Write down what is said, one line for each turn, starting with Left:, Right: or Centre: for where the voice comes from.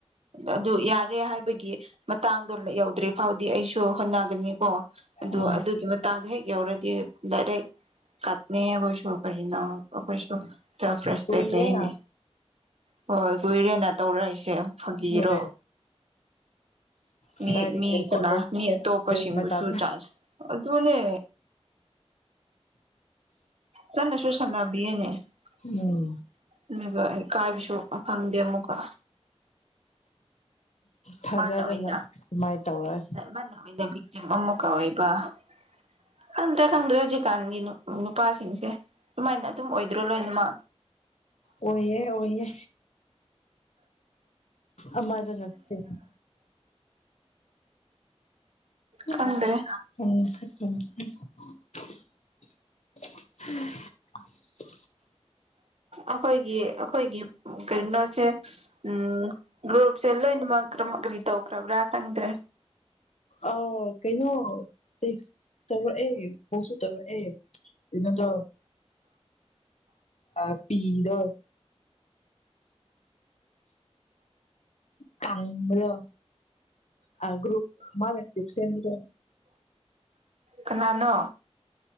Right: ꯑꯗꯨ ꯌꯥꯔꯦ ꯍꯥꯏꯕꯒꯤ ꯃꯇꯥꯡꯗꯣ ꯌꯧꯗ꯭ꯔꯤ ꯐꯥꯎꯗꯤ ꯑꯩꯁꯨ ꯍꯣꯠꯅꯒꯅꯤ ꯀꯣ ꯑꯗꯨ
Left: ꯎꯝ
Right: ꯑꯗꯨꯒꯤ ꯃꯇꯥꯡꯗ ꯍꯦꯛ ꯌꯧꯔꯗꯤ ꯗꯥꯏꯔꯦꯛ ꯀꯠꯅꯤ ꯑꯩꯈꯣꯏꯁꯨ ꯀꯔꯤꯅꯣ ꯑꯩꯈꯣꯏꯁꯨ ꯁꯦꯜꯐ ꯔꯦꯁꯄꯦꯛ
Left: ꯀꯨꯏꯔꯦꯅ
Right: ꯂꯩꯌꯦꯅꯤ ꯍꯣꯏ ꯀꯨꯏꯔꯦꯅ ꯇꯧꯔꯛꯏꯁꯦ ꯐꯥꯒꯤꯔꯣ
Left: ꯍꯣꯏ
Right: ꯃꯤ
Left: ꯀꯗꯥꯏꯗꯒꯤ
Right: ꯃꯤ ꯀꯅꯥ
Left: ꯀꯣꯂꯦꯖ
Right: ꯃꯤ ꯑꯇꯣꯞꯄꯁꯤꯡꯕꯨꯁꯨ
Left: ꯀꯣꯂꯦꯖ ꯃꯇꯝ
Right: ꯆꯥꯁ ꯑꯗꯨꯅꯦ ꯆꯠꯂꯁꯨ ꯁꯥꯟꯅ ꯕꯤꯌꯦꯅꯦ <unintelligible>
Left: ꯎꯝ
Right: ꯀꯥꯏꯕꯁꯨ ꯑꯣ ꯐꯪꯗꯦ ꯃꯨꯛ ꯀꯣ
Left: ꯊꯥꯖꯗꯅ
Right: ꯃꯥꯅ ꯑꯣꯏꯅ
Left: ꯑꯗꯨꯃꯥꯏꯅ ꯇꯧꯔꯛꯑꯦ
Right: ꯃꯥꯅ ꯑꯣꯏꯅ ꯕꯤꯛꯇꯤꯝ ꯑꯃꯀ ꯑꯣꯏꯕꯗ꯭ꯔ ꯈꯪꯗ꯭ꯔꯦ ꯍꯧꯖꯤꯛꯀꯥꯟꯒꯤ ꯅꯨ ꯅꯨꯄꯥꯁꯤꯡꯁꯦ ꯑꯗꯨꯃꯥꯏꯅ ꯑꯗꯨꯝ ꯑꯣꯏꯗ꯭ꯔꯣ ꯂꯣꯏꯅꯃ
Left: ꯑꯣꯏꯌꯦ ꯑꯣꯏꯌꯦ ꯑꯃꯗꯅ ꯆꯤ <unintelligible>
Right: ꯈꯪꯗ꯭ꯔꯦ
Left: <inaudible> ꯍꯥ
Right: ꯑꯈꯣꯏꯒꯤ ꯑꯈꯣꯏꯒꯤ ꯀꯩꯅꯣ ꯁꯦ ꯎꯝ ꯒ꯭ꯔꯨꯞꯁꯦ ꯂꯣꯏꯅ ꯃꯛ ꯀꯔꯝ ꯃꯔꯤ ꯇꯧꯈ꯭ꯔꯕ꯭ꯔꯥ ꯈꯪꯗ꯭ꯔꯦ
Left: ꯑꯎ ꯀꯩꯅꯣ ꯇꯦꯁꯛ ꯇꯧꯔꯛꯑꯦ ꯐꯣꯅꯦ ꯇꯧꯔꯛꯑꯦ ꯏꯕꯗꯣ ꯑ ꯄꯤꯗꯦ <unintelligible> ꯀꯪꯕꯔꯣ <unintelligible> ꯑꯥꯔ ꯒꯔꯨꯞ ꯃꯅꯥ ꯀꯨꯞꯁꯦꯟꯒꯦ
Right: ꯀꯅꯥꯅꯣ